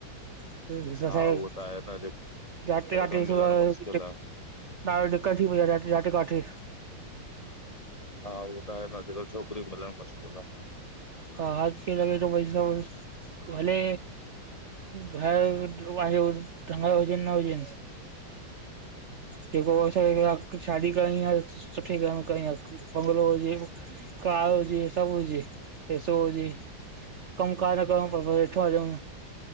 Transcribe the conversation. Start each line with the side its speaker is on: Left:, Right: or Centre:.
Right: <unintelligible>
Left: हा उहो त आहे न जेको अॼुकल्ह मिलणु मुश्किल आ।
Right: न दिक्क़त थी पई आ जाते काथे
Left: हा उहो त आहे अॼुकल्हु छोकिरी मिलणु मुश्किल आ।
Right: हा हाथ लॻे थो पैसा हले। बहे लोह आयो टंगिर हुजनि न हुजे जेको असांखे शादी करणी आहे, सुठे घरु में करणी आहे। बंगलो हुजे, कार हुजे, सभु हुजे। पैसो हुजे, कमु कार न कयूं पर वेठा हुजऊ